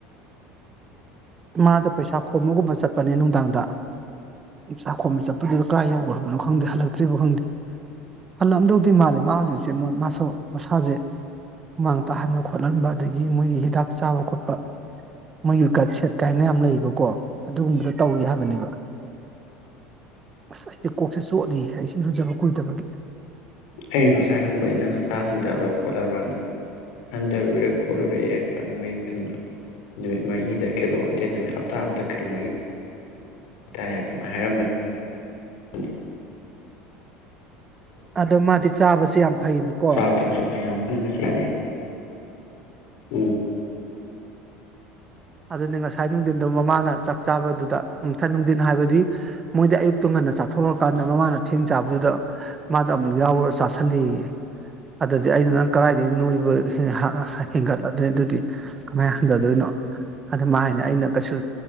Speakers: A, on the right; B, on the left.
A: ꯃꯥꯗ ꯄꯩꯁꯥ ꯈꯣꯝꯕꯒꯨꯝꯕ ꯆꯠꯄꯅꯦ ꯅꯨꯡꯗꯥꯡꯗ ꯄꯩꯁꯥ ꯈꯣꯝꯕ ꯆꯠꯄꯗꯨꯗ ꯀꯥꯏ ꯌꯧꯈ꯭ꯔꯕꯅꯣ ꯈꯪꯗꯦ ꯍꯜꯂꯛꯇ꯭ꯔꯤꯕꯅꯣ ꯈꯪꯗꯦ ꯍꯜꯂꯛꯑꯝꯗꯧꯗꯤ ꯃꯥꯜꯂꯦ ꯃꯥ ꯍꯧꯖꯤꯛꯁꯦ ꯃꯥꯁꯨ ꯃꯁꯥꯁꯦ ꯃꯥꯁꯥꯖꯦ ꯍꯨꯃꯥꯡ ꯇꯥꯍꯟꯕ ꯈꯣꯠꯍꯟꯕ ꯑꯗꯒꯤ ꯃꯣꯏꯒꯤ ꯍꯤꯗꯥꯛ ꯆꯥꯕ ꯈꯣꯠꯄ ꯃꯣꯏꯒꯤ ꯒꯠ ꯁꯦꯠ ꯀꯥꯏꯅ ꯌꯥꯝ ꯂꯩꯌꯦꯕꯀꯣ ꯑꯗꯨꯒꯨꯝꯕꯗ ꯇꯧꯏ ꯍꯥꯏꯕꯅꯦꯕ ꯑꯁ ꯑꯩꯁꯦ ꯀꯣꯛꯁꯦ ꯆꯣꯠꯂꯤ ꯈꯔ ꯁꯤꯡ ꯂꯨꯖꯕ ꯀꯨꯏꯗꯕꯒꯤ
B: ꯑꯩꯅꯁꯨ ꯉꯁꯥꯏ ꯍꯪꯕꯅꯤ ꯅꯪ ꯅꯁꯥ ꯍꯟꯊꯕ꯭ꯔ ꯈꯣꯠꯂꯕ꯭ꯔꯅ ꯍꯟꯊꯔꯨꯔꯦ ꯈꯣꯠꯂꯨꯔꯦ ꯃꯣꯏ ꯀꯩꯅꯣꯗ ꯅꯨꯃꯤꯠ ꯃꯔꯤꯅꯤꯗ ꯀꯤꯂꯣ ꯗꯩ ꯍꯞꯇ ꯑꯗ ꯀꯤꯂꯣ ꯃꯔꯤ ꯇꯥꯢ ꯑꯃꯥꯢ ꯍꯥꯏꯔꯝꯕꯅꯦ
A: ꯑꯗꯣ ꯃꯥꯗꯤ ꯆꯥꯕꯁꯦ ꯌꯥꯝ ꯐꯩꯌꯦꯕꯀꯣ
B: ꯆꯥꯕ ꯊꯛꯁꯨ ꯃꯌꯥꯝ ꯄꯨꯟꯕꯁꯨ ꯌꯥꯗꯦ ꯎꯝ <inaudible>
A: ꯑꯗꯨꯅꯤ ꯉꯁꯥꯏ ꯅꯨꯡꯊꯤꯟꯗꯣ ꯃꯃꯥꯅ ꯆꯥꯛ ꯆꯥꯕꯗꯨꯗ ꯉꯥꯁꯥꯏ ꯅꯨꯡꯊꯤꯟ ꯍꯥꯏꯕꯗꯤ ꯃꯣꯏꯗꯤ ꯑꯌꯨꯛꯇꯨꯡ ꯉꯟꯅ ꯆꯥꯊꯣꯛꯀꯥꯟꯗ ꯃꯃꯥꯅ ꯊꯦꯡ ꯆꯥꯕꯗꯨꯗ ꯃꯥꯗꯣ ꯑꯃꯨꯛ ꯌꯥꯎꯔ ꯆꯥꯥꯁꯜꯂꯤꯌꯦ ꯑꯗꯨꯗꯤ ꯑꯩꯅ ꯅꯪ ꯀꯗꯥꯏꯗꯒꯤ ꯅꯣꯏꯕ ꯍꯦꯟꯒꯠꯂꯗꯣꯏ ꯑꯗꯨꯗꯤ ꯀꯃꯥꯏꯅ ꯍꯟꯊꯗꯣꯏꯅꯣ ꯑꯗ ꯃꯥꯢꯅ ꯑꯩꯅ ꯀꯩꯁꯨ